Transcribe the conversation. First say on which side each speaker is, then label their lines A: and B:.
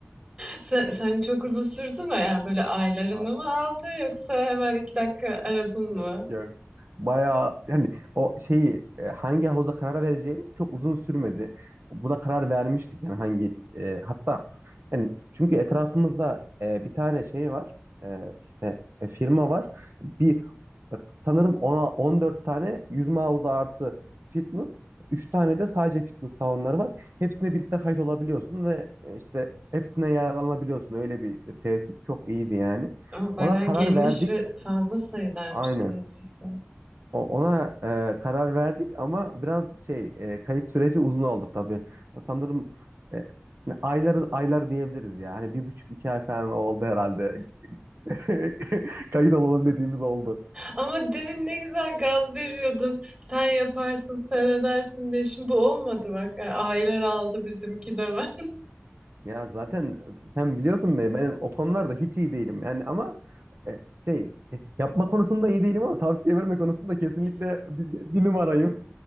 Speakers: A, on the right; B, on the right.
A: Sen, sen çok uzun sürdü mü? Yani böyle aylarını
B: <laughs>
A: mı aldı yoksa hemen iki dakika aradın
B: Yok
A: mı?
B: yok. Bayağı yani o şeyi e, hangi havuza karar vereceğimiz çok uzun sürmedi. Buna karar vermiştik yani hangi e, hatta yani çünkü etrafımızda e, bir tane şey var. E, işte e, firma var. Bir e, sanırım ona 14 tane yüzme havuzu artı fitness, 3 tane de sadece fitness salonları var. Hepsine birlikte kayıt olabiliyorsun ve e, işte hepsine yararlanabiliyorsun. Öyle bir e, tesis çok iyiydi yani.
A: O bayağı
B: Ona karar
A: geniş
B: verdik.
A: ve fazla sayılarmış
B: Aynen.
A: tesisi.
B: O- Ona e, karar verdik ama biraz şey e, kayıt süreci uzun oldu tabii. Sanırım e, aylar aylar diyebiliriz ya. Hani bir buçuk iki ay falan oldu herhalde. <laughs> Kayıt olalım dediğimiz oldu.
A: Ama demin ne güzel gaz veriyordun. Sen yaparsın, sen edersin diye. Şimdi bu olmadı bak. Yani aylar aldı bizimki de ben.
B: Ya zaten sen biliyorsun beni ben o konularda hiç iyi değilim. Yani ama e, şey e, yapma konusunda iyi değilim ama tavsiye verme konusunda kesinlikle bir, bir numarayım.